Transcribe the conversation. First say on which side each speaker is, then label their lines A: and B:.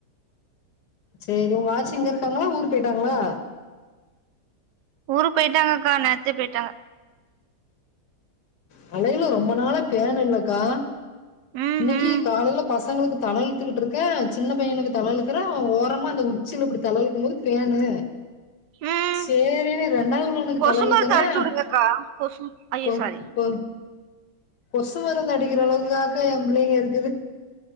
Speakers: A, on the left; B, on the right.
A: செரி உங்க ஆச்சு இங்க இருக்காங்களா ஊரு போயிட்டாங்ளா
B: ஊரு போயிட்டாங்கக்கா நேத்தே போயிட்டாங்க
A: தலையில ரொம்ப நாளா பேன் இல்லக்கா
B: ம்
A: இன்னைக்கி
B: ம்
A: காலையில பசங்களுக்கு தல இழுத்துக்கிட்டு இருக்கே சின்ன பையனுக்கு தல இழுக்குற ஓரமா அந்த உச்சில இப்டி தல இழுக்கும் போது பேனு
B: ம்
A: சேரின்னு ரெண்டாவது உள்ளவனுக்கு
B: கொசு
A: தல இழுக்குறே
B: மருந்து அடிச்சு உடுங்க அக்கா கொசு அய்யோ
A: கொ
B: சாரி
A: கொ கொசு மருந்து அடிக்கிற அளவுக்காக்கா எ பிள்ளைங்க இருக்குது